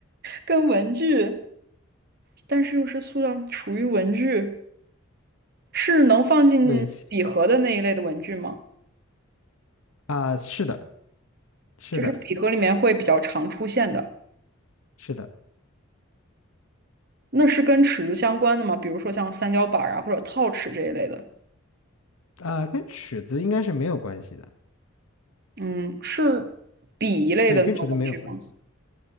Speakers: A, on the right; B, on the left.
A: 跟文具，但是又是塑料，属于文具，是能放进笔盒的那一类的文具吗？
B: 对啊、是的，是的，
A: 就是笔盒里面会比较常出现的，
B: 是的，
A: 那是跟尺子相关的吗？比如说像三角板儿啊，或者套尺这一类的。
B: 啊、跟尺子应该是没有关系的。
A: 嗯，是笔一类的那种文具吗？
B: 对，跟尺子没有关系。